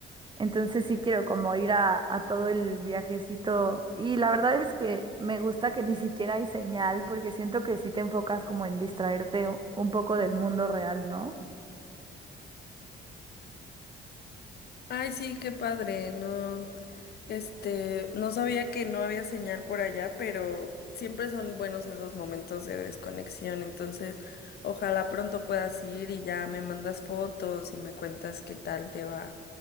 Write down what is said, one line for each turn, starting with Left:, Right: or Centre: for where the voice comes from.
Right: Entonces sí quiero como ir a, a todo el viajecito. Y la verdad es que me gusta que ni siquiera hay señal, porque siento que sí te enfocas como en distraerte un poco del mundo real, ¿no?
Left: Ay, sí, qué padre, no, este, no sabía que no había señal por allá, pero siempre son buenos esos momentos de desconexión, entonces ojalá pronto puedas ir y ya me mandas fotos y me cuentas qué tal te va.